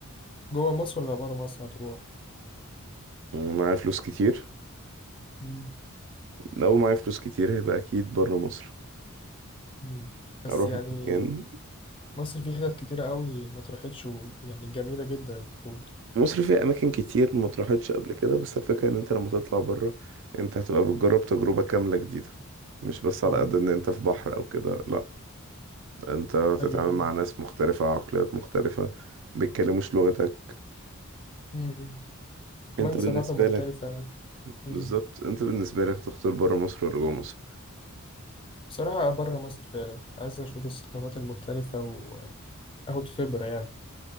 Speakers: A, on the left (about 25°); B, on the right (about 55°).
A: جوه مصر ولا بره مصر هتروح
B: معايا فلوس كتير
A: مم.
B: لو معايا فلوس كتير هيبقى أكيد برا مصر
A: مم. بس
B: اروح
A: يعني
B: مكان
A: مصر فيه حتت كتيرة قوي ما اتروحتش ويعني جميلة جدا المفروض
B: مصر فيها اماكن كتير ما اتراحتش قبل كده بس الفكره ان انت لما تطلع بره انت هتبقى بتجرب تجربه كامله جديده مش بس على
A: اه
B: قد ان انت في بحر او كده لا انت هتتعامل
A: أيوه أيوه
B: مع ناس مختلفه عقليات مختلفه بيتكلموش لغتك
A: مم. كمان
B: انت بالنسبه
A: ثقافة مختلفة
B: لك
A: مم.
B: بالظبط انت بالنسبه لك تختار بره مصر ولا جوه مصر
A: بصراحة بره مصر فعلا عايز أشوف الثقافات المختلفة وآخد خبرة يعني